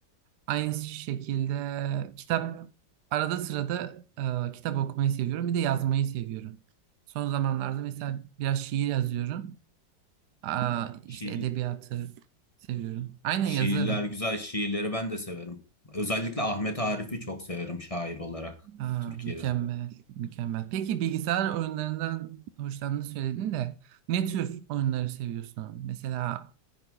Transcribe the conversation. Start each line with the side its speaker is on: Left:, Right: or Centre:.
Right: aynı şekilde kitap arada sırada e, kitap okumayı seviyorum. Bir de yazmayı seviyorum. Son zamanlarda mesela biraz şiir yazıyorum. Aa, işte
Left: Şiir,
Right: edebiyatı seviyorum. Aynen
Left: Şiirler
Right: yazarım.
Left: güzel, şiirleri ben de severim. Özellikle Ahmet Arif'i çok severim şair olarak
Right: Aa,
Left: Türkiye'de.
Right: mükemmel, mükemmel. Peki bilgisayar oyunlarından hoşlandığını söyledin de ne tür oyunları seviyorsun? Mesela